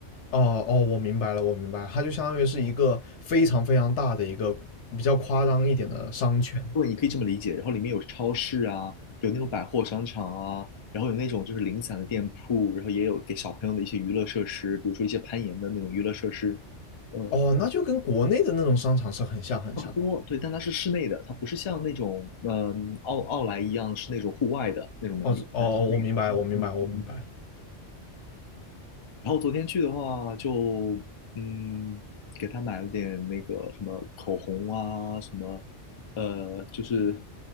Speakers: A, on the left (about 70°); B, on the left (about 50°).
A: 哦，哦，我明白了，我明白了它就相当于是一个非常非常大的一个比较夸张一点的商圈。
B: 对，你可以这么理解。然后里面有超市啊，有那种百货商场啊，然后有那种就是零散的店铺，然后也有给小朋友的一些娱乐设施，比如说一些攀岩的那种娱乐设施，呃，
A: 哦，那就跟国内的那种商场是很像很像的。
B: 差不多。对，但它是室内的，它不是像那种嗯、奥奥莱一样是那种户外的那种门店，
A: 哦，哦，
B: 它是室内的。
A: 我明白，我明白，
B: 嗯嗯嗯。
A: 我明白。
B: 然后昨天去的话就，嗯，给他买了点那个什么口红啊，什么呃，就是